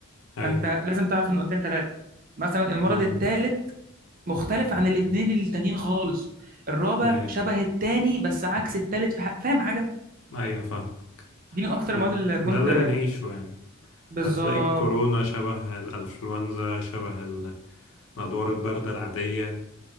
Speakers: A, on the left; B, on the right.
A: ايوه
B: فأنت لازم تعرف النقطتين ثلاثة مثلا المرض
A: امم
B: الثالث مختلف عن الاثنين التانيين خالص الرابع
A: يا
B: شبه التاني بس عكس التالت في ح... فاهم حاجة؟
A: ايوه فاهم
B: دي من أكتر
A: ما-
B: المواد اللي
A: ده
B: كنت
A: اللي بنعيشه يعني
B: بالظبط
A: هتلاقي الكورونا شبه الانفلونزا شبه ال- الادوار الباردة العادية